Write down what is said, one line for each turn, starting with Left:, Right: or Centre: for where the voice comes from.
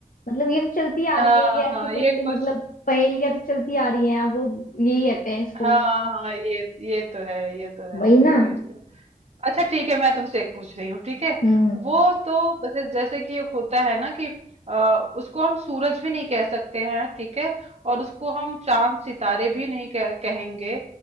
Left: मतलब ये तो चलती आ
Right: हाँ
Left: रही है ये ऐसी
Right: हाँ
Left: पंक्ति
Right: ये कुछ
Left: मतलब पहेलियां तो चलती आ रही हैं अब वो यही कहते हैं इसको
Right: हाँ हाँ ये ये तो है ये तो है
Left: वही
Right: सही
Left: ना
Right: कह रही हो अच्छा ठीक है मैं तुमसे एक पूछ रही हूँ ठीक है
Left: हम्म
Right: वो तो जैसे जैसे कि एक होता है ना कि आ, उसको हम सूरज भी नहीं कह सकते हैं ठीक है और उसको हम चांद सितारे भी नहीं कह, कहेंगे